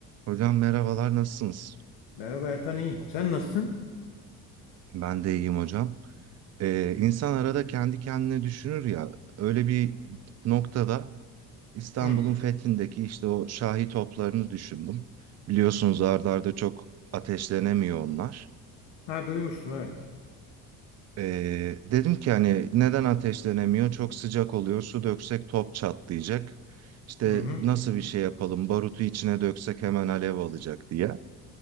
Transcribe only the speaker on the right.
Hocam merhabalar nasılsınız?
Ben de iyiyim hocam. Ee, insan arada kendi kendine düşünür ya öyle bir noktada İstanbul'un
fethindeki işte o Şahi toplarını düşündüm. Biliyorsunuz art arda çok ateşlenemiyor onlar.
Ee, dedim ki hani neden ateşlenemiyor? Çok sıcak oluyor. Su döksek top çatlayacak. İşte
nasıl bir şey yapalım? Barutu içine döksek hemen alev alacak diye.